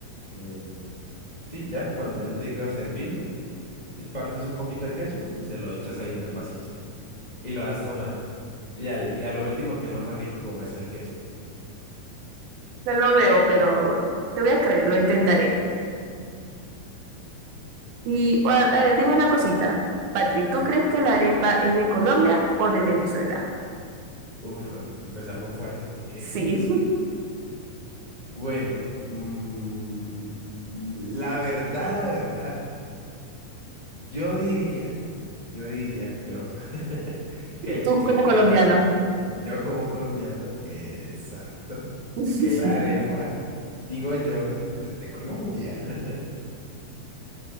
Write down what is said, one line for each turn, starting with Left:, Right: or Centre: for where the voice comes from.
Left: eh, sí, ya, cuando ya lo tengas servido, eh, partes un poquito de queso y se lo echas ahí en el vasito y lo vas tomando. Y, al, y a lo último, que es lo más rico, comerse el queso.
Right: No lo veo, pero te voy a creer, lo intentaré. Y a, a ver, dime una cosita. Patri, ¿tú crees que la arepa es de Colombia o de Venezuela?
Left: Uf, empezamos fuerte. <laughs>
Right: Sí. <laughs>
Left: Bueno, mm, la verdad, la verdad, yo diría, yo diría, yo, <laughs> que la,
Right: Tú
Left: que,
Right: como colombiano.
Left: que la, yo como colombiano, exacto,
Right: <laughs>
Left: que la arepa, digo yo, ¿no? Es de Colombia. <laughs>